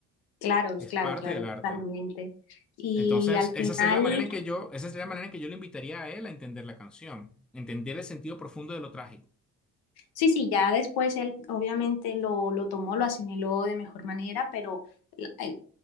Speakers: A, on the left; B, in the centre.
A: Claro,
B: es
A: claro,
B: parte
A: claro,
B: del arte.
A: totalmente. Y
B: Entonces,
A: al
B: esa
A: final,
B: sería la manera en que yo, esa sería la manera en que yo le invitaría a él a entender la canción, entender el sentido profundo de lo trágico.
A: Sí, sí, ya después él obviamente lo, lo tomó, lo asimiló de mejor manera, pero l- él,